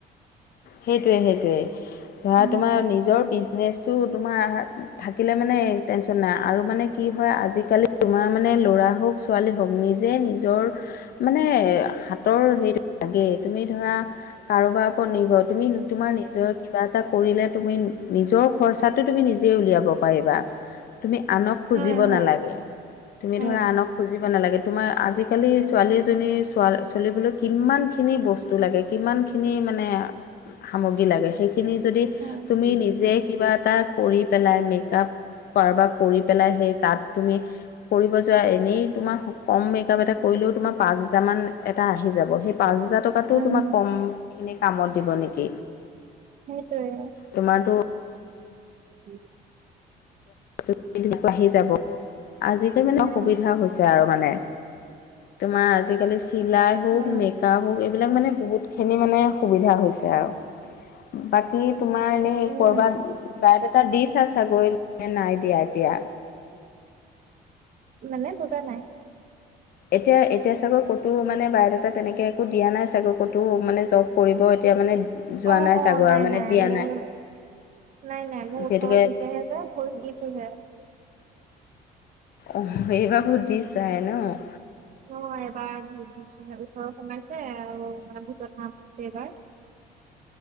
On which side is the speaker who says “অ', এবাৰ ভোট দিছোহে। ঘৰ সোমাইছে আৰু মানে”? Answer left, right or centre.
Right